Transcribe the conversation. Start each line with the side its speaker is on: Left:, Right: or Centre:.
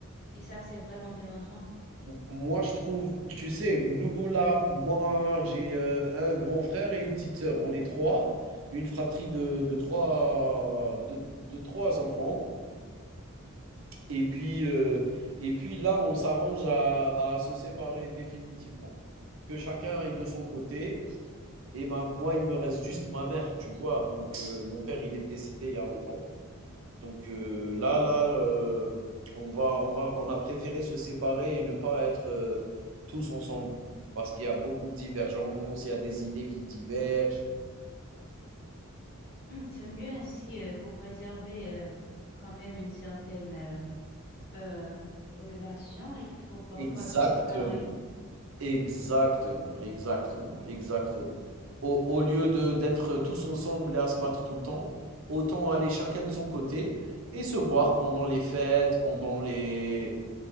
Left: Et ça, c'est vraiment dérangeant.
Right: Moi, je trouve, tu sais, nous là, moi, j'ai euh, un grand frère et une petite sœur. On est trois, une fratrie de, de trois, de, de trois enfants. Et puis, euh, et puis là, on s'arrange à, à se séparer définitivement. Que chacun aille de son côté. Et ma- moi, il me reste juste ma mère, tu vois. Donc, euh, mon père, il est décédé il y a longtemps. Donc heu, là là, heu, on va on va on a préféré se séparer et ne pas être, heu, tous ensemble parce qu'il y a beaucoup de divergences, il y a des idées qui divergent.
Left: Hmm, c'est mieux ainsi euh, pour préserver euh, quand même une certaine euh, euh, relation. Il faut parfois
Right: Exactement,
Left: se séparer.
Right: exactement, exactement, exactement. Au au lieu de d'être tous ensemble et à se battre tout le temps, autant aller chacun de son côté et se voir pendant les fêtes, pendant les